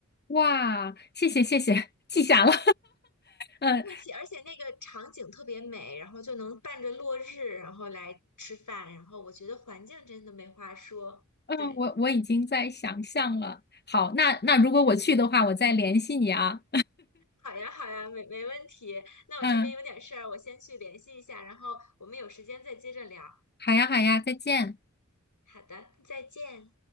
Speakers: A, on the left; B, on the left.
A: 哇，谢谢谢谢，记下了。<laughs>
B: 不客气。而且那个场景特别美，然后就能伴着落日，然后来吃饭。然后我觉得环境真的没话说，
A: 嗯，
B: 对。
A: 我我已经在想象了。好，那那如果我去的话，我再联系你啊。
B: 好呀，好呀，没没问题。那我这边有点事儿，
A: 嗯，
B: 我先去联系一下，然后我们有时间再接着聊。
A: 好呀好呀，再见。
B: 好的，再见。